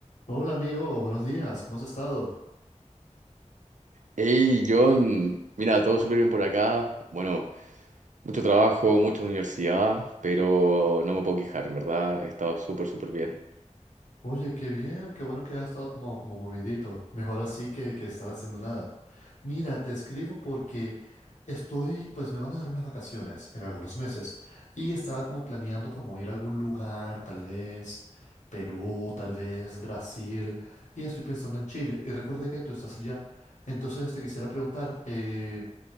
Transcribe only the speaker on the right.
Hey, John, mira, todo súper bien por acá. Bueno, mucho trabajo, mucha universidad, pero no me puedo quejar, en verdad, he estado súper, súper bien.